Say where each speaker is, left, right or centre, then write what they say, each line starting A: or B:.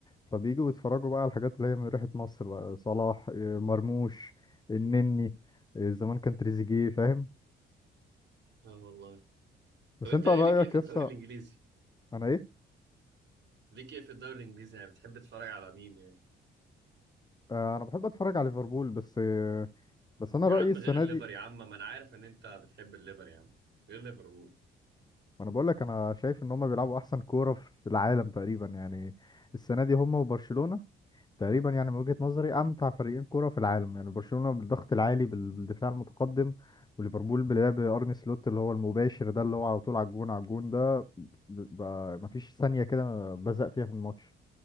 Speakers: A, on the left; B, on the right.
A: فبيجوا بيتفرجوا بقى على الحاجات اللي هي من ريحة مصر بقى صلاح إيه، مرموش النني إيه، زمان كان تريزيجيه فاهم
B: اه والله
A: بس
B: طب انت
A: انت
B: ايه
A: رأيك
B: ليك ايه في
A: يسا
B: الدوري الانجليزي
A: انا ايه
B: ليك ايه في الدوري الانجليزي يعني بتحب تتفرج على مين يعني
A: آه، انا بحب اتفرج على ليفربول بس آه، بس انا
B: يا
A: رأيي
B: عم
A: السنة
B: غير الليفر
A: دي
B: يا عم ما انا عارف ان انت بتحب الليفر يا عم غير ليفربول
A: وانا بقول لك انا شايف ان هم بيلعبوا احسن كورة في العالم تقريبا يعني السنة دي هم وبرشلونة تقريبا يعني من وجهة
B: مم.
A: نظري امتع فريقين كرة في العالم يعني برشلونة بالضغط العالي بال- بالدفاع المتقدم وليفربول بلعب ارني سلوت اللي هو المباشر ده اللي هو على طول على الجون على الجون ده ب- ب- مفيش ثانية كده بزق فيها في الماتش